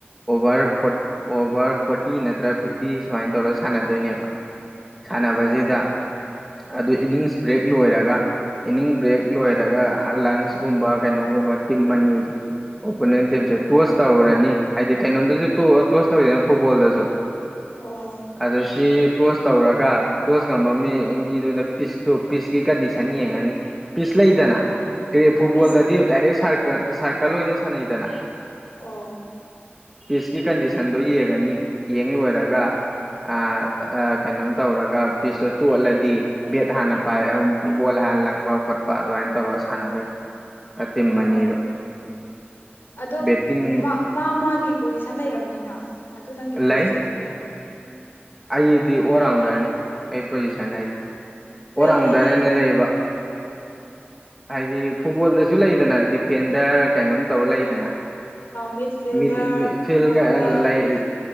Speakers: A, in the centre; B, on the left (about 60°).
A: ꯑꯣꯚꯔ ꯐꯣꯠ ꯑꯣꯚꯔ ꯐꯣꯔꯇꯤ ꯅꯠꯇ꯭ꯔ ꯐꯤꯞꯇꯤ ꯁꯨꯝꯃꯥꯏꯟ ꯇꯧꯔ ꯁꯥꯟꯅꯗꯣꯏꯅꯦꯕ ꯁꯥꯟꯅꯕꯖꯤꯗ
B: ꯑꯣ
A: ꯑꯗꯨ ꯏꯅꯤꯡꯁ ꯕ꯭ꯔꯦꯛ ꯂꯣꯏꯔꯒ ꯏꯅꯤꯡꯁ ꯕ꯭ꯔꯦꯛ ꯂꯣꯏꯔꯒ ꯍꯂꯟꯁꯀꯨꯝꯕ ꯀꯩꯅꯣꯒꯨꯝꯕ ꯇꯤꯝ ꯑꯅꯤ ꯑꯣꯄꯣꯅꯦꯟ ꯇꯤꯝꯁꯦ ꯇꯣꯁ ꯇꯧꯔꯅꯤ ꯍꯥꯏꯗꯤ ꯀꯩꯅꯣꯝꯗꯖꯨ ꯇꯣꯑ ꯇꯣꯁ ꯇꯧꯋꯤꯗꯅ ꯐꯨꯠꯕꯣꯜꯗꯖꯨ
B: ꯑꯣ
A: ꯑꯗꯨ ꯁꯤ ꯇꯣꯁ ꯇꯧꯔꯒ ꯇꯣꯁ ꯉꯝꯕ ꯃꯤ ꯃꯤꯗꯨꯅ ꯄꯤꯁꯇꯨ ꯄꯤꯁꯀꯤ ꯀꯟꯗꯤꯁꯟ ꯌꯦꯡꯉꯥꯅꯤ ꯄꯤꯁ ꯂꯩꯗꯅ
B: ꯑꯣ
A: ꯐꯨꯠꯕꯣꯜꯗꯗꯤ
B: ꯄꯤꯁ
A: ꯗꯥꯏꯔꯦꯛ ꯁꯥꯔꯀꯔ ꯁꯥꯔꯀꯜ ꯑꯣꯏꯅ ꯁꯥꯟꯅꯩꯗꯅ
B: ꯑꯣꯑꯣ
A: ꯄꯤꯁꯀꯤ ꯀꯟꯗꯤꯁꯟꯗꯣ ꯌꯦꯡꯉꯥꯅꯤ ꯌꯦꯡ ꯂꯣꯏꯔꯒ ꯑꯥ ꯑꯥ ꯀꯩꯅꯣꯝ ꯇꯧꯔꯒ ꯄꯤꯁꯇꯣ ꯇꯣꯠꯂꯗꯤ ꯕꯦꯠ ꯍꯥꯟꯅ ꯄꯥꯏ ꯕꯣꯜ ꯑꯥ ꯂꯪꯕ- ꯈꯣꯠꯄ ꯑꯗꯨꯃꯥꯏꯅ ꯇꯧꯔꯒ ꯁꯥꯟꯅꯗꯣꯏ ꯑꯥ ꯇꯤꯝ
B: ꯑꯣ
A: ꯑꯅꯤꯗꯣ
B: ꯑꯗꯣ
A: ꯕꯦꯠꯇꯤꯡ
B: ꯃꯥ ꯃꯥꯒꯤ ꯄꯣꯖꯤꯁꯟ ꯂꯩꯔꯕꯝꯅꯤꯅ ꯑꯗꯨ ꯅꯪꯒꯤ ꯄꯣꯖꯤꯁꯟꯗꯨ
A: ꯂꯩ
B: ꯂꯩꯌꯨ
A: ꯑꯩꯗꯤ ꯑꯣꯜ ꯔꯥꯎꯟꯗꯔꯅꯤ ꯑꯩ ꯄꯣꯖꯤꯁꯟ ꯍꯥꯏꯗꯤ ꯑꯣꯜ
B: ꯍꯥꯏ
A: ꯔꯥꯎꯟꯗꯔ
B: ꯍꯥꯏꯗꯤ
A: ꯍꯥꯏꯅ ꯂꯩꯌꯦꯕ INAUDIBLE ꯍꯥꯏꯗꯤ ꯐꯨꯠꯕꯣꯜꯗꯖꯨ ꯂꯩꯗꯅ ꯗꯤꯐꯦꯟꯗꯔ ꯀꯩꯅꯣꯝ ꯇꯧꯔ ꯂꯩꯗꯅ
B: ꯃꯤꯗ ꯐꯤꯜꯗꯔ
A: ꯏꯣꯓꯐꯤꯜꯒ
B: ꯐꯣꯔꯋꯥꯔꯗ
A: ꯂꯩ